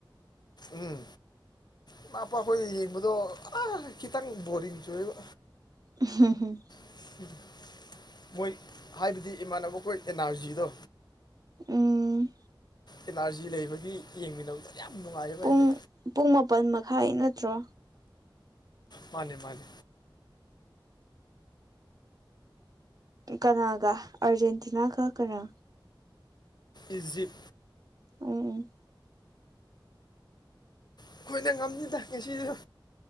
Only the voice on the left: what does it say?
ꯎꯝ ꯏꯃꯥꯄꯥꯈꯣꯏ ꯌꯦꯡꯕꯗꯣ ꯑ ꯈꯤꯇꯪ ꯕꯣꯔꯤꯡ ꯆꯨꯑꯦꯕ
<unintelligible> ꯃꯣꯏ ꯍꯥꯏꯕꯗꯤ ꯏꯃꯥꯟꯅꯕꯈꯣꯏ ꯑꯦꯅꯥꯔꯖꯤꯗꯣ
ꯑꯦꯅꯔꯖꯤ ꯂꯩꯕꯒꯤ ꯌꯦꯡꯃꯤꯟꯅꯕꯗꯣ ꯌꯥꯝ ꯅꯨꯡꯉꯥꯏꯌꯦꯕ
ꯑꯩꯩꯗꯤ
ꯃꯥꯅꯦ ꯃꯥꯅꯦ
ꯏꯖꯤꯞ
ꯑꯩꯈꯣꯏꯅ ꯉꯝꯅꯤꯗꯥ ꯉꯁꯤꯁꯨ